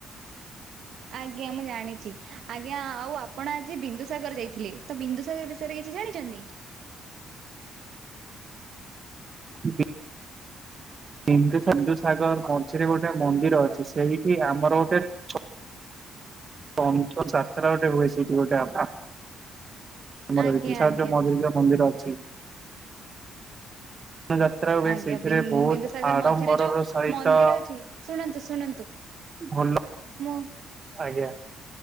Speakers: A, on the right; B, on the right.
A: ଆଜ୍ଞା ମୁଁ ଜାଣିଛି ଆଜ୍ଞା ଆଉ ଆପ୍ ଆପଣ ଆଜି ବିନ୍ଦୁସାଗର ଯାଇଥିଲେ ତ ବିନ୍ଦୁସାଗର ବିଷୟରେ କିଛି ଜାଣିଛନ୍ତି?
B: ଉ ସିଧୁ ସିନ୍ଧୁ ସାଗର ମଞ୍ଚିରେ ଗୋଟେ ମନ୍ଦିର ଅଛି ସେଇଠି ଆମର ଗୋଟେ ଛୋ ପଞ୍ଚ ସାତା ଯାତ୍ରା ଗୋଟେ ହୁଏ <unintelligible> ଆମର
A: ଆଜ୍ଞା
B: ବିନ୍ଦୁସାଗର
A: ଆଜ୍ଞା
B: ମଝିରେ ଯୋଉଁ ମନ୍ଦିର ଅଛି। ର ଯାତ୍ରା ହୁଏ
A: ଆଜ୍ଞା
B: ସେଇଥିରେ
A: ବିନ୍ଦୁସାଗର
B: ବହୁତ ଆଡମ୍ବରର
A: ମଝିରେ ଯୋଉ
B: ସହିତ
A: ମନ୍ଦିର ଅଛି ଶୁଣନ୍ତୁ ଶୁଣନ୍ତୁ
B: ଭଲ
A: ମୁଁ
B: ଆଜ୍ଞା।